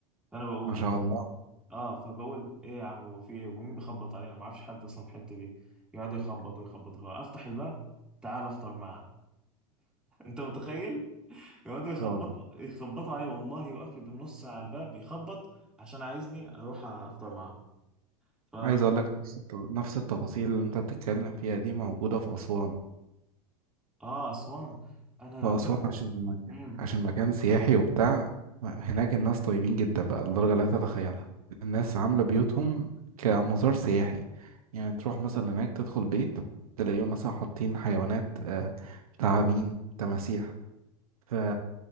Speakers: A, in the centre; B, on the right.
A: فانا بقول
B: ما شاء الله
A: اه فبقول ايه يا عم هو في ايه ومين بيخبط علي انا ما اعرفش حد اصلا في الحته دي يقعد يخبط ويخبط ويخبط. افتح الباب تعال افطر معانا انت متخيل يقعدوا
B: ما
A: يخبطوا
B: شاء الله
A: يخبطوا عليه والله يوقف لي بالنص ساعه على الباب يخبط عشان عايزني اروح افطر معاهم فم...
B: عايز أقول لك نفس الت- نفس التفاصيل اللي أنت بتتكلم فيها دي موجودة في أسوان
A: اه اسوان انا
B: فأسوان
A: فعلا
B: عشان مكان
A: مم.
B: عشان مكان سياحي وبتاع هناك الناس طيبين جدا بقى لدرجة لا تتخيلها الناس عاملة بيوتهم كمزار سياحي يعني تروح مثلا هناك تدخل بيت تلاقيهم مثلا حاطين حيوانات آه، تعابين تماسيح ف...